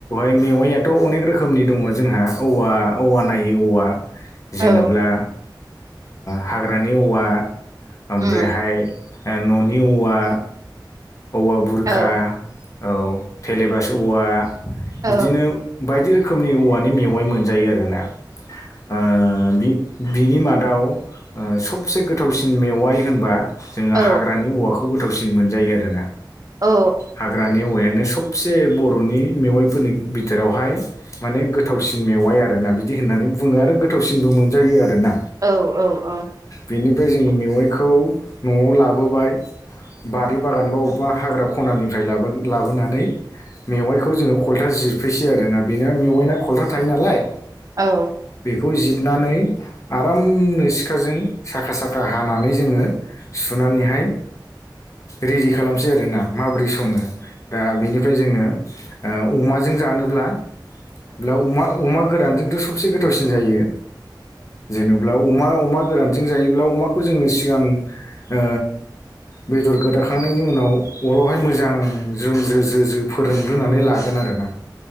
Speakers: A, on the left; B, on the right.
A: मेवाइयाथ' अनेक रोखोमनि दङ जोंहा औवा औवा नायो औवा जेनेब्ला
B: औ
A: हाग्रानि ओ औवा ओमफ्रायहाय
B: उम
A: न'नि औवा औवा बुरखा
B: औ
A: औ थेलेबास' औवा
B: औ
A: बिदिनो बायदि रोखोमनि औवानि मेवाइ मोनजायो आरोना। ओ बि बिनि मादाव सबसे गोथावसिन मेवाइ होनबा जोङो
B: औ
A: हाग्रानि औवाखौ गोथावसिन मोनजायो आरोना
B: औ
A: हाग्रानि औवायानो सब से बर'नि मेवाइफोरनि बिथोरावहाय माने गोथावसिन मेवाइ आ आरोना बिदि होननानै बुङो आरो गोथावसिनबो मोनजायो आरोना।
B: औ औ औ
A: बेनिफ्राय जोङो मेवाइखौ न'आव लाबोबाय बारि बागानबा अबेबा हाग्रा ख खनानिफ्राय लाबो लाबोनानै मेवाइखौ जोङो खलथा जिर फैसै आरोना बेनो मेवाइना खल्था थायो नालाय
B: औ
A: बेखौ जिरनानै आरामनो सिखाजों साखा साखा हानानै जोङो सुनानैहाय रेडि खालामसै आरोना माबोरै सङो दा बेनि जोङो अमाजों जानोब्ल ब्ला अमा अमा गोरानजोंथ' सबसे गोथावसिन जायो जेनोब्ला अमा अमा गोरानजों जायोब्ला अमाखौ जोङो सिगां ओ बेदर गोदाखांनायनि उनाव अरावहाय मोजां जोम जो जो फोरोनग्रोनानै लागोन आरोना।